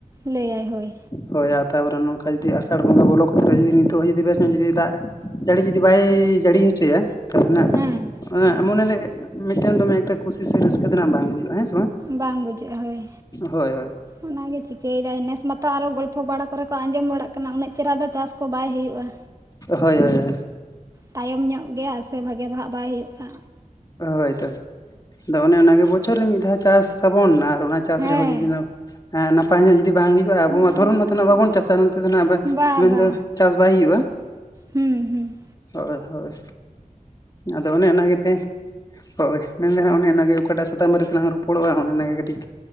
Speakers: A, on the right; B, on the left.
A: ᱞᱟᱹᱭᱟᱭ ᱦᱳᱭ,
B: ᱦᱳᱭ ᱛᱟᱨᱯᱚᱨᱮ ᱱᱚᱝᱠᱟ ᱡᱩᱫᱤ ᱟᱥᱟᱲ ᱵᱚᱸᱜᱟ ᱵᱚᱞᱚ ᱠᱟᱛᱮᱫ ᱦᱚᱸ ᱡᱩᱫᱤ ᱱᱤᱛᱚᱜ ᱦᱚᱸ ᱡᱩᱫᱤ ᱵᱮᱥ ᱧᱚᱜ ᱡᱩᱫᱤ ᱫᱟᱜ, ᱡᱟᱹᱲᱤ ᱡᱩᱫᱤ ᱵᱟᱭ ᱡᱟᱹᱲᱤ ᱦᱚᱪᱚᱭᱟ, ᱨᱮᱱᱟᱜ
A: ᱦᱮᱸ
B: ᱢᱚᱱᱮᱨᱮ ᱢᱤᱫᱴᱮᱱ ᱫᱚᱢᱮ ᱮᱠᱴᱟ ᱠᱩᱥᱤ ᱥᱮ ᱨᱟᱹᱥᱠᱟᱹ ᱛᱮ ᱱᱟᱜ ᱵᱟᱝ ᱵᱩᱡᱚ-ᱟ ᱦᱮᱸ,
A: ᱵᱟᱝ ᱵᱩᱡᱷᱟᱹᱜ-ᱟ ᱾ᱦᱳᱭ,
B: ᱦᱳᱭ ᱦᱳᱭ
A: ᱚᱱᱟᱜᱮ ᱪᱤᱠᱟᱹᱭᱮᱫᱟ ᱱᱮᱥ ᱢᱟᱛᱚ ᱟᱨᱚ ᱜᱚᱞᱯᱚ ᱵᱟᱲᱟ ᱠᱚᱨᱮ ᱠᱚ ᱟᱸᱡᱚᱢ ᱵᱟᱲᱟᱜ ᱠᱟᱱᱟ ᱩᱱᱟᱹᱜ ᱪᱮᱦᱨᱟ ᱫᱚ ᱪᱟᱥ, ᱠᱚ ᱵᱟᱭ ᱦᱩᱭᱩᱜ-ᱟ᱾
B: ᱦᱳᱭ ᱦᱳᱭ
A: ᱛᱟᱭᱚᱢ ᱧᱚᱜ ᱜᱮᱭᱟ ᱥᱮ ᱵᱷᱟᱜᱮ ᱫᱚ ᱦᱟᱜ ᱵᱟᱭ ᱦᱩᱭᱩᱜ-ᱟ᱾
B: ᱦᱳᱭᱛᱚ ᱟᱫᱚ ᱚᱱᱮ ᱚᱱᱟᱜᱮ ᱵᱚᱪᱷᱚᱨ ᱨᱮ ᱢᱤᱫ ᱫᱷᱟᱣ ᱪᱟᱥ ᱟᱵᱚᱱ ᱟᱨ, ᱚᱱᱟ ᱪᱟᱥ
A: ᱦᱮᱸ
B: ᱨᱮᱸᱦᱚ ᱡᱩᱫᱤ ᱱᱟᱯᱟᱭ ᱧᱚᱜ ᱡᱩᱫᱤ ᱵᱟᱝ ᱦᱩᱭᱩᱜ-ᱟ᱾ ᱟᱵᱚ ᱱᱚᱣᱟ
A: ᱵᱟᱝ
B: ᱫᱷᱚᱨᱚᱱ
A: ᱦᱩᱭᱩᱜᱼᱟ
B: ᱢᱟᱛᱚ ᱱᱟᱜ
A: ᱛᱟᱦᱚᱞᱮ
B: ᱵᱟᱵᱚᱱ ᱪᱟᱥᱟ ᱱᱚᱛᱮ ᱫᱚ ᱱᱟᱜ
A: ᱵᱟ
B: ᱢᱮᱱᱫᱚ
A: ᱵᱟ
B: ᱪᱟᱥ ᱵᱟᱭ ᱦᱩᱭᱩᱜ-ᱟ᱾
A: ᱦᱩᱸ ᱦᱩᱸ,
B: ᱦᱳᱭ ᱦᱳᱭ ᱟᱫᱚ ᱚᱱᱮ ᱚᱱᱟ ᱜᱮ ᱛᱮ, ᱦᱳᱭ ᱢᱮᱱ ᱮᱫᱟ ᱦᱟᱜ ᱚᱱᱮ ᱚᱱᱟᱜᱮ ᱚᱠᱟᱴᱟᱜ ᱥᱟᱛᱟᱢ ᱵᱟᱨᱮᱛᱮ ᱞᱟᱝ ᱨᱚᱯᱚᱲᱚᱜ-ᱟ᱾ ᱚᱱᱮ ᱚᱱᱟᱜᱮ ᱠᱟᱹᱴᱤᱡ,